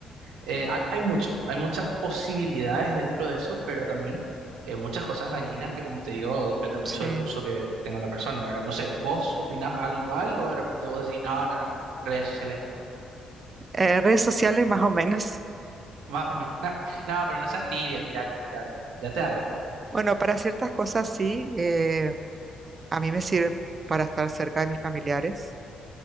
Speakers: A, on the right (about 80°); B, on the right (about 35°).
A: Eh, hay, hay mucho, hay muchas posibilidades dentro de eso, pero también eh, muchas cosas dañinas que, como te digo, depende mucho
B: Sí.
A: del uso que tenga la persona, ¿verdad? No sé, ¿vos opinás algo igual o de repente vos decís, no, no, no, redes sociales no,
B: Eh, redes sociales más o menos. <laughs>
A: <laughs> más o menos, <laughs> no, pero no seas tibia, tirate, tirate, tirate algo.
B: Bueno, para ciertas cosas sí. eh, a mí me sirve para estar cerca de mis familiares.